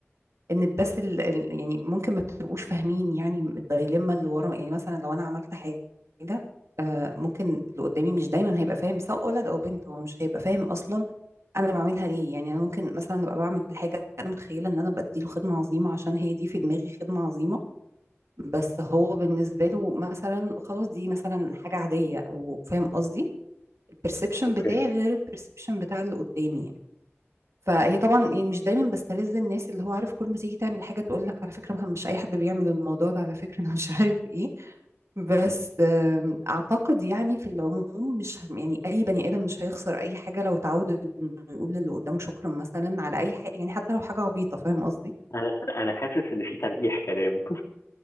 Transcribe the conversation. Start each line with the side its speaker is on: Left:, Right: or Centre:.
Right: ان بس ال ال- يعني ممكن ما بتبقوش فاهمين يعني الدايليما اللي ورا يعني مثلا لو انا عملت حاجه أه ممكن اللي قدامي مش دايما هيبقى فاهم سواء ولد او بنت هو مش هيبقى فاهم اصلا انا بعملها ليه يعني انا ممكن مثلا ابقى بعمل حاجه انا متخيله ان انا بديله خدمه عظيمه عشان هي دي في دماغي خدمه عظيمه بس هو بالنسبه له مثلا خلاص دي مثلا حاجه عاديه او فاهم قصدي الperception
Left: اوكي
Right: بتاعي غير الperception بتاع اللي قدامي يعني فهي طبعا يعني مش دايما بستلذ الناس اللي هو عارف كل ما تيجي تعمل حاجه تقول لك على فكره مه- مش اي حد بيعمل الموضوع ده على فكره انا مش عارف ايه بس آم، اعتقد يعني في العموم مش ه- يعني اي بني ادم مش هيخسر اي حاجه لو اتعود انه يقول للي قدامه شكرا مثلا على اي حاجه يعني حتى لو حاجه عبيطه فاهم قصدي
Left: انا انا حاسس ان في تلقيح كلام